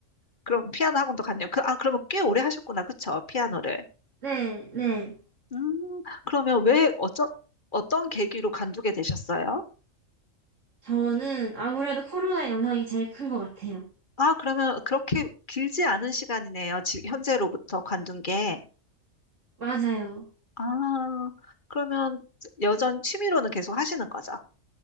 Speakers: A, on the left; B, on the right.
A: 그럼 피아노 학원도 갔네요. 그, 아, 그러면 꽤 오래 하셨구나. 그쵸? 피아노를.
B: 네, 네.
A: 음, 그러면 왜, 어쩌, 어떤 계기로 관두게 되셨어요?
B: 저는 아무래도 코로나 영향이 제일 큰 것 같아요.
A: 아, 그러면 그렇게 길지 않은 시간이네요. 지, 현재로부터 관둔 게.
B: 맞아요.
A: 아, 그러면 여전히 취미로는 계속 하시는 거죠?